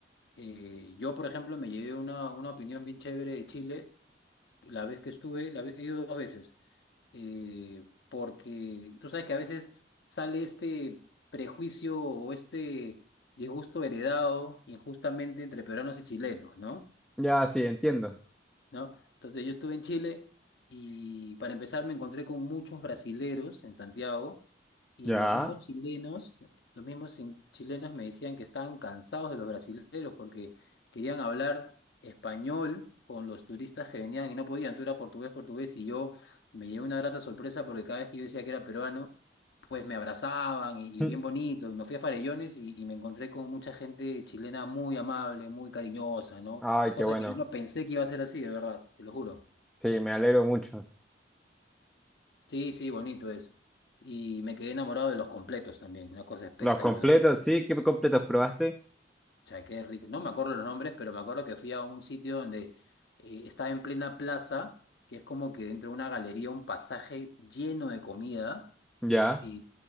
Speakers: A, on the left; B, in the centre.
A: eh, yo, por ejemplo, me llevé una, una opinión bien chévere de Chile la vez que estuve, la, ve- he ido dos veces, eh, porque tú sabes que a veces sale este prejuicio o este disgusto heredado injustamente entre peruanos y chilenos, ¿no?
B: Ya, sí, entiendo.
A: ¿no? Entonces yo estuve en Chile y para empezar me encontré con muchos brasileros en Santiago y
B: Ya.
A: los mismos chilenos, los mismos in- chilenos me decían que estaban cansados de los brasileros porque querían hablar español con los turistas que venían y no podían, tú era portugués, portugués y yo me llevé una grata sorpresa porque cada vez que yo decía que era peruano, pues me abrazaban y,
B: <laughs>
A: y bien bonito, me fui a Farellones y, y me encontré con mucha gente chilena muy amable, muy cariñosa, ¿no?
B: Ay,
A: Cosa
B: qué bueno.
A: que yo no pensé que iba a ser así, de verdad, te lo juro.
B: Sí, me alegro mucho.
A: Sí, sí, bonito es. Y me quedé enamorado de los completos también, una cosa espectacular.
B: Los completos, sí, ¿qué completos probaste?
A: O sea, qué rico. No me acuerdo los nombres, pero me acuerdo que fui a un sitio donde eh, estaba en plena plaza, que es como que dentro de una galería, un pasaje lleno de comida,
B: Ya.
A: y,